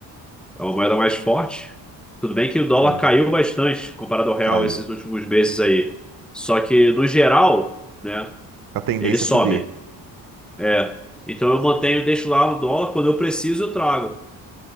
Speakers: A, in the centre; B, on the right.
A: é uma moeda mais forte. Tudo bem que o dólar
B: É.
A: caiu bastante comparado ao real
B: Caiu.
A: esses últimos meses aí. Só que no geral, né,
B: A tendência
A: ele sobe.
B: é subir.
A: É. Então eu mantenho, deixo lá o dólar, quando eu preciso, eu trago.